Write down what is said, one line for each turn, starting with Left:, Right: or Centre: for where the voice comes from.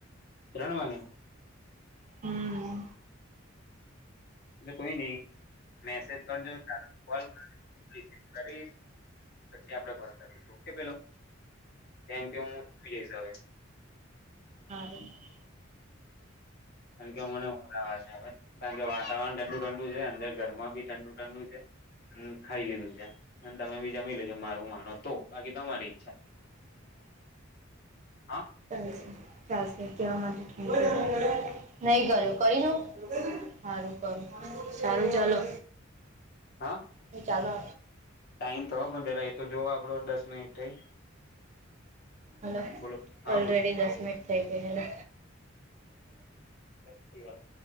Left: તણમાંગને.
Right: હમ
Left: કોઈ નહી મેસેજ કરજો સારા <unintelligible> પછી આપણે કોલ કરીશું ઓકે પેલો. કેમ કે હું જઈશ હવે
Right: <inaudible>
Left: કારણ કે અ મનેવા છે કારણ કે વાતાવરણ ઠંડુ ઠંડુ છે અંદર ઘરમાં બી ઠંડુ ઠંડુ છે. હ ખાઈ લીધું છે અને તમે બીજા મી લજો મારું માનો તો બાકી તમારી ઈચ્છા.
Right: <inaudible>
Left: હા.
Right: ચાલશે ચાલશે કવા માટે ઠક નહી કર્યો કરી જાઉ હારું કરું સારું ચલો.
Left: હાં.
Right: હ ચાલો.
Left: ટાઈમ તો પણ પેલાં એ તો જોઓ આપણો દસ મિનિટ થઈ.
Right: હલો
Left: બોલો હા
Right: ઓલરેડી
Left: બોલો
Right: દસ મિનિટ થઈ ગઈ હ.
Left: <inaudible>